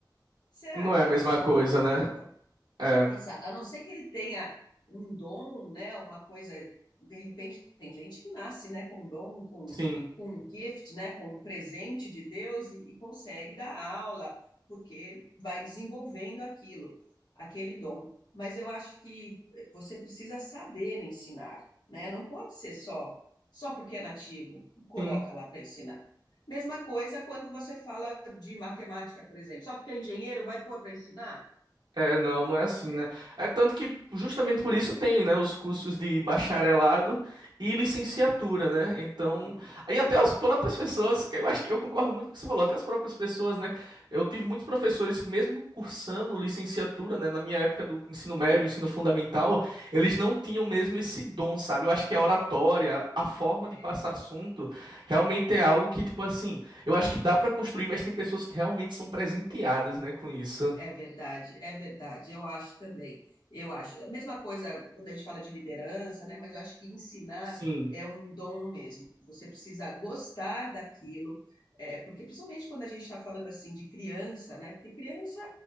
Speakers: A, on the left; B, on the right.
A: Será
B: Não
A: que
B: é
A: ele
B: a mesma
A: vai ser
B: coisa,
A: um professor?
B: né? É.
A: Exato, a não ser que ele tenha um dom, né, uma coisa, de repente tem gente que nasce, né, com dom, com,
B: Sim.
A: com um gift, né, com um presente de Deus e, e consegue dar aula, porque vai desenvolvendo aquilo, aquele dom. Mas eu acho que eh, você precisa saber ensinar, né? Não pode ser só só porque é nativo, coloca
B: Sim.
A: lá para ensinar. Mesma coisa quando você fala de matemática, por exemplo, só porque é engenheiro vai pôr para ensinar?
B: É, não,
A: Não
B: não é
A: dá
B: assim, né?
A: certo.
B: É tanto que justamente por isso tem, né, os cursos de bacharelado e licenciatura,
A: Exato.
B: né? Então,
A: Uhum.
B: aí até as próprias pessoas, que eu acho que eu concordo muito com o que você falou, até as próprias pessoas, né? Eu tive muitos professores que mesmo cursando licenciatura, né, na minha época do ensino médio, ensino fundamental, eles não tinham mesmo esse dom, sabe? Eu acho que a oratória, a forma
A: É,
B: de passar assunto, realmente é algo que, tipo assim, eu acho que dá pra construir, mas tem pessoas que realmente são presenteadas, né, com isso.
A: É verdade, é verdade. Eu acho também. Eu acho. A mesma coisa quando a gente fala de liderança, né? Mas eu acho que ensinar
B: Sim.
A: é um dom mesmo. Você precisa gostar daquilo, é, porque principalmente quando a gente está falando assim de criança, né? Porque criança